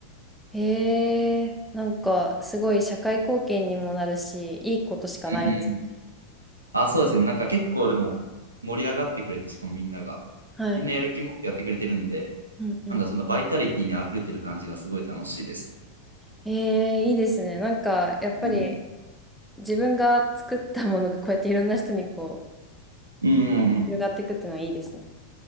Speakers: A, in the centre; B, on the right (about 80°).
A: へえ。なんかすごい社会貢献にもなるし、いいことしかないです。
B: うんあ、そうですね。なんか結構でも盛り上がってくれて、しかもみんなが。
A: はい。
B: みんなやる気持ってやってくれてるんで、
A: うん、うん。
B: なんだ、そのバイタリティに溢れてる感じがすごい楽しいです。
A: へえ、いいですね。なんかやっぱり
B: うん。
A: 自分が作ったものがこうやっていろんな人にこう、
B: うんうんうん。
A: 広がっていくっていうのはいいですね。